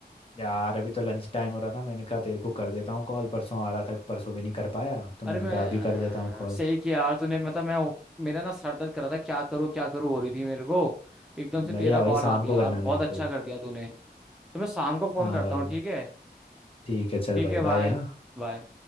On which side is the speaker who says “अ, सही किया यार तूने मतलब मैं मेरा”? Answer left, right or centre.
Centre